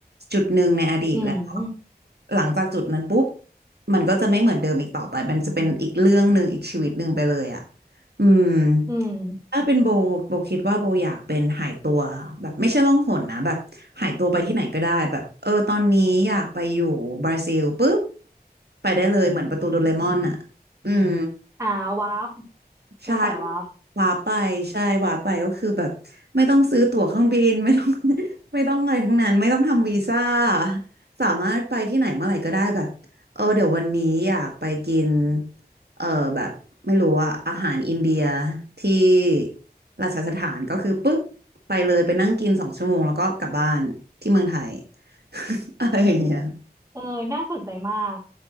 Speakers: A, on the right; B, on the right.
A: จุดหนึ่งในอดีตและ
B: อืม
A: หลังจากจุดนั้นปุ๊บมันก็จะไม่เหมือนเดิมอีกต่อไปมันจะเป็นอีกเรื่องหนึ่งอีกชีวิตหนึ่งไปเลยอะอืม
B: อืม
A: ถ้าเป็นโบโบคิดว่าโบอยากเป็นหายตัวแบบไม่ใช่ล่องหนนะแบบหายตัวไปที่ไหนก็ได้แบบเออตอนนี้อยากไปอยู่บราซิลปุ๊บไปได้เลยเหมือนประตูโดเรมอนอะอืม
B: อ่าวาร์ปเป็นสายวาร์ป
A: ใช่หวาไปใช่หวาไปก็คือแบบไม่ต้องซื้อตั๋วเครื่องบิน <laughs> ไม่ต้อง <laughs> ไม่ต้องอะไรทั้งนั้นไม่ต้องทำวีซ่าสามารถไปที่ไหนเมื่อไหร่ก็ได้แบบเออเดี๋ยววันนี้อยากไปกินเออแบบไม่รู้ว่าอาหารอินเดียที่ราชสถานก็คือปุ๊บไปเลยไปนั่งกินสองชั่วโมงแล้วก็กลับบ้านที่เมืองไทย <laughs> อะไรอย่างเงี้ย
B: เออน่าสนใจมาก